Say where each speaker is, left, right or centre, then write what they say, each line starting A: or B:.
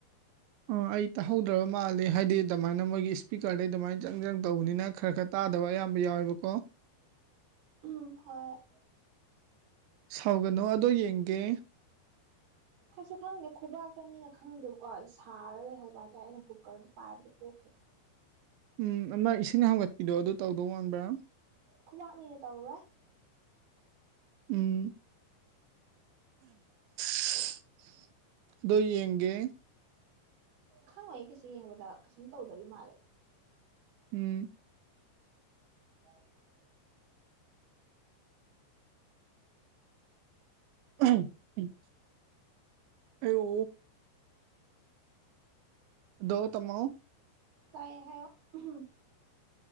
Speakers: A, on the right; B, on the right.
A: ꯑ ꯑꯩ ꯇꯥꯍꯧꯗ꯭ꯔꯕ ꯃꯥꯜꯂꯦ ꯍꯥꯏꯗꯤ ꯑꯗꯨꯃꯥꯏꯅ ꯃꯣꯏꯒꯤ ꯏꯁꯄꯤꯀ꯭ꯔꯗꯩ ꯑꯗꯨꯃꯥꯏꯅ ꯖꯪ ꯖꯪ ꯇꯧꯕꯅꯤꯅ ꯈꯔ ꯈꯔ ꯇꯥꯗꯕ ꯑꯌꯥꯝꯕ ꯌꯥꯎꯋꯦꯕꯀꯣ
B: ꯎꯝ ꯍꯣꯏ
A: ꯁꯥꯎꯒꯅꯣ ꯑꯗꯣ ꯌꯦꯡꯒꯦ
B: ꯀꯩꯁꯨ ꯈꯪꯗꯦ ꯈꯨꯕꯥꯛꯇꯅꯤꯅ ꯈꯪꯗꯦꯕꯀꯣ ꯁꯥꯔ ꯂꯩꯍꯧꯕ ꯍꯥꯏꯇꯥꯔꯦ ꯑꯩꯅ ꯀꯨꯀꯔꯗꯣ ꯄꯥꯏꯕꯗꯣ ꯄꯣꯛꯈꯤꯕ
A: ꯎꯝ ꯑꯃ ꯏꯁꯤꯡ ꯍꯥꯡꯒꯠꯄꯤꯗꯣ ꯑꯗꯨ ꯇꯧꯗꯧ ꯋꯥꯥꯟꯕ꯭ꯔꯥ
B: ꯈꯨꯕꯥꯛꯅꯤꯅ ꯇꯧꯔꯣꯏ
A: ꯎꯝ <unintelligible> ꯗꯣ ꯌꯦꯡꯒꯦ
B: ꯈꯪꯉꯣꯢꯌꯦ ꯀꯩꯁꯨ ꯌꯦꯡꯕꯗ ꯀꯩꯁꯨꯝ ꯇꯧꯗꯕꯤ ꯃꯥꯜꯂꯦ
A: ꯎꯝ
B: <unintelligible>
A: <unintelligible> ꯑꯌꯣ ꯑꯗꯣ ꯇꯃꯥꯎ
B: ꯇꯥꯢꯌꯦ ꯍꯥꯏꯌꯣ <unintelligible>